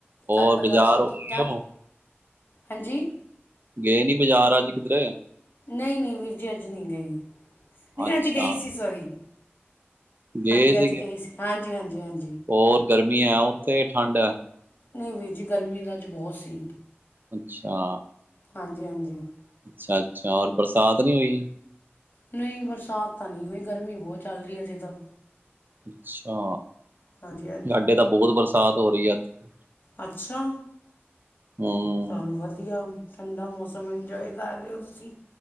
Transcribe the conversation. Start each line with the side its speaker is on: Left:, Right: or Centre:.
Left: ਘਰ
Right: ਰ
Left: ਪਰਿਵਾਰ
Right: ਬਾਜ਼ਾਰ
Left: ਸਭ
Right: ਹੋ
Left: ਠੀਕ ਠਾਕ
Right: ਹੋ
Left: ਹਾਂਜੀ
Right: ਗਏ ਨੀ ਬਾਜ਼ਾਰ ਅੱਜ ਕਿੱਧਰੇ
Left: ਨਹੀਂ ਨਹੀਂ ਵੀਰ ਜੀ ਅੱਜ ਨਹੀਂ ਗਈ ਨਹੀਂ
Right: ਅੱਛਾ
Left: ਅੱਜ ਗਈ ਸੀ ਸੋਹੀ
Right: ਗਏ
Left: ਹਾਂਜੀ
Right: ਸੀਗੇ
Left: ਅੱਜ ਗਈ ਸੀ ਹਾਂਜੀ ਹਾਂ ਹਾਂਜੀ
Right: ਹੋਰ ਗਰਮੀ ਹੈ ਉੱਥੇ ਠੰਡ ਹੈ
Left: ਨਹੀਂ ਵੀਰ ਜੀ ਗਰਮੀ ਦਾ ਅੱਜ ਬਹੁਤ ਸੀ
Right: ਅੱਛਾ
Left: ਹਾਂਜੀ ਹਾਂਜੀ
Right: ਅੱਛਾ ਅੱਛਾਔਰ ਬਰਸਾਤ ਨਹੀਂੀ ਹੋਈ
Left: ਨਹੀਂ ਬਰਸਾਤ ਤਾਂ ਨਹੀਂ ਹੋਈ ਗਰਮੀ ਬਹੁਤ ਚੱਲ ਰਹੀ ਅਜੇ ਤਾਂ
Right: ਅੱਛਾ
Left: ਹਾਂਜੀ ਹਾਂਜੀ
Right: ਸਾਡੇ ਤਾਂ ਬਹੁਤ ਬਰਸ ਸਾਦ ਹੋ ਰਹੀ ਹੈ ਇੱਥੇ
Left: ਅੱਛਾ
Right: ਹਮ
Left: ਚਲ ਵਧੀਆ ਠੰਡਾ ਮੌਸਮ ਇੰਜੋਏ ਕਰ ਰਹੇ ਹੋ ਤੁਸੀਂ